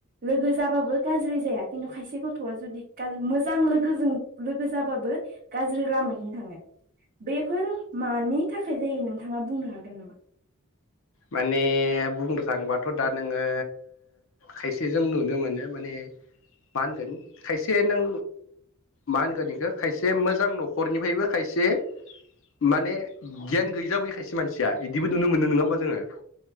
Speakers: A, on the right (about 40°); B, on the left (about 60°).
A: लोगो जाबाबो गाज्रि जाया। खिन्थु खायसे गथ'आ जुदि मोजां लोगोजों लोगो जाबाबो गाज्रि लामााहैनो थाङो। बेफोर मानि थाखाय जायो नोंथाङा बुंनो हागोन नामा?
B: माने बुंफ्रांबाथ' दा नोंङो खायसेजों नुनो मोनो माने मा होनगोन खायसे नों मा होनगोन इखौ खायसे मोजां न'खरनिफ्रायबो खायसे माने गियान गैजाबोयो खायसे मानसिया बिदिबो नुनो मोनो नोंङा होमबा जोंङो।